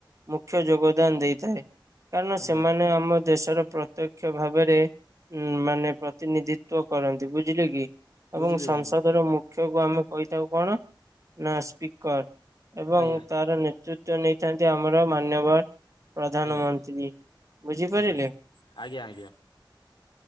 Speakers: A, on the right; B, on the left.
A: ମୁଖ୍ୟ ଯୋଗଦାନ ଦେଇଥାଏ କାରଣ
B: ଆଜ୍ଞା
A: ସେମାନେ ଆମ ଦେଶର ପ୍ରତ୍ୟକ୍ଷ ଭାବେରେ ଉଁ ମାନେ ପ୍ରତିନିଧିତ୍ୱ କରନ୍ତି ବୁଝିଲେ କି।
B: ବୁଝିଲି
A: ଏବଂ ସଂସଦର
B: ବନ୍ଧୁ
A: ମୁଖ୍ୟକୁ ଆମେ କହିଥାଉ କଣ ନା ସ୍ପିକର। ଏବଂ
B: ଆଜ୍ଞା
A: ତାର ନେତୃତ୍ୱ ନେଇଥାନ୍ତି ଆମର ମାନ୍ୟବର ପ୍ରଧାନମନ୍
B: ଆଜ୍ଞା
A: ବୁଝିଲି, ବୁଝିପାରିଲେ?
B: ଆଜ୍ଞା ଆଜ୍ଞା ଆଜ୍ଞା